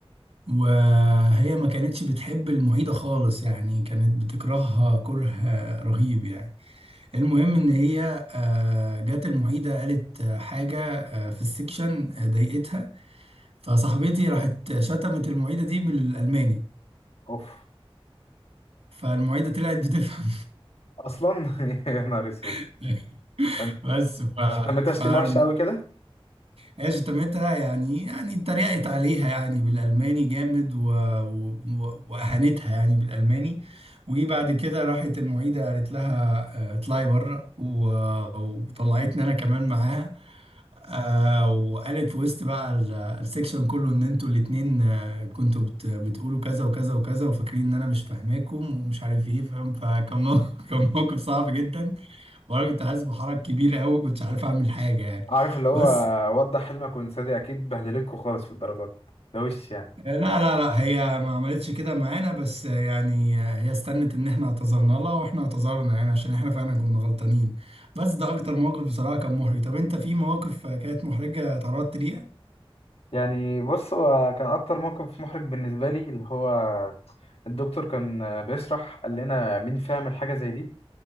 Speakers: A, on the right; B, on the left.
A: وهي ما كانتش بتحب المعيده خالص يعني كانت بتكرهها كره آه، رهيب يعني المهم ان هي آه، جت المعيده قالت آه، حاجه آه، في السكشن آه، ضايقتها فصاحبتي راحت شتمت المعيده دي بالالماني
B: اوف
A: فالمعيده طلعت بتفهم
B: اصلا <laughs> يا نهار اسود
A: <laughs>
B: ده انت
A: بس ف...
B: سميتها
A: فالمهم
B: <laughs> شتيمه وحشه قوي كده
A: هي شتمتها يعني يعني اتريقت عليها يعني بالألماني جامد و... و... و- وأهانتها يعني بالألماني وبعد كده راحت المعيدة قالت لها آه، اطلعي بره و... وطلعتني أنا كمان معاها آه، وقالت في وسط بقى ال- السكشن كله إن أنتوا الاتنين آه، كنتوا بت... بتقولوا كذا وكذا وكذا وفاكرين إن أنا مش فاهماكم ومش عارف إيه فاهم فكان مو... <laughs> كان موقف صعب جدا وأنا كنت حاسس بحرج كبير أوي كنتش عارف أعمل حاجة يعني
B: عارف اللي هو
A: بس
B: وضح حلمك وانسى اكيد بهدلتكوا خالص في الدرجات ده وش يعني
A: آه، لا لا لا هي ما عملتش كده معانا بس يعني هي استنت ان احنا اعتذرنا لها واحنا اعتذرنا يعني عشان احنا فعلا كنا غلطانين بس ده اكتر موقف بصراحة كان محرج طب انت في مواقف كانت محرجة اتعرضت ليها؟
B: يعني بص هو كان اكتر موقف محرج بالنسبه لي اللي هو الدكتور كان بيشرح قال لنا مين فاهم الحاجه زي دي